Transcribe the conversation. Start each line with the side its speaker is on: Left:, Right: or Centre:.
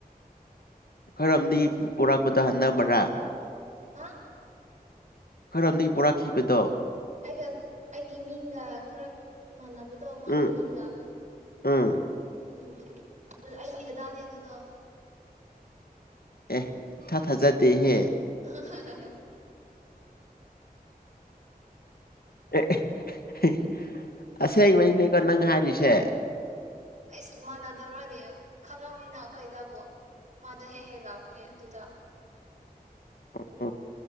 Left: ꯈꯔꯝꯗꯒꯤ ꯄꯣꯔꯛꯄꯗ ꯍꯟꯟꯅ ꯃꯔꯔꯥ
Right: ꯍꯥ
Left: ꯈꯔꯗꯒꯤ ꯄꯨꯔꯛꯈꯤꯕꯗꯣ
Right: ꯑꯩꯒ ꯑꯩꯒꯤ ꯃꯤꯡꯒ ꯈꯔ ꯃꯥꯟꯅꯕ ꯎꯗꯣ ꯃꯥꯒꯤ
Left: ꯎꯝ
Right: ꯃꯤꯡꯒ
Left: ꯎꯝ
Right: ꯎꯝ ꯑꯗꯨ ꯑꯩꯒꯤꯗꯗꯥꯅꯦ ꯑꯗꯨꯗꯣ
Left: ꯎ ꯏ ꯊꯥ ꯊꯥꯖꯗꯦꯍꯦ
Right: ꯑ
Left: <unintelligible> ꯑꯁꯦꯡ ꯃꯅꯦꯀꯣ ꯅꯪ ꯍꯥꯏ ꯇꯁꯦ
Right: ꯑꯩꯁ ꯃꯥꯟꯅꯗꯕ꯭ꯔꯅꯦ ꯈꯪꯉꯕꯅꯤꯅ ꯑꯩꯈꯣꯏꯗꯕꯨ ꯃꯥꯗꯣ ꯍꯦꯛ ꯍꯦꯛ ꯂꯥꯛꯕꯅꯤ ꯑꯗꯨꯗ
Left: ꯑꯣ